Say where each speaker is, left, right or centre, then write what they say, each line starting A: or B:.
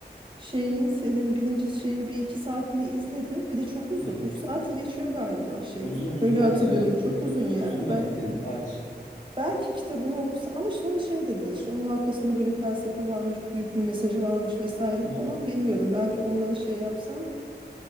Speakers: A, on the right (about 30°); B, on the left (about 45°).
A: şeyin serinin birinci şeyini bir iki saatini izledim. Bir de çok uzun.
B: Hı.
A: Üç saati geçiyor galiba şeyi.
B: Uzun uzun
A: Öyle hatırlıyorum.
B: evet. Film,
A: Çok uzun yani.
B: uzun da
A: Ben,
B: bir film. Evet.
A: belki kitabını okusa ama sonra şey dediler işte onun arkasında böyle felsefe varmış, büyük bir mesajı varmış vesaire
B: Hı
A: falan.
B: hı.
A: Bilmiyorum. Belki onlara şey yapsam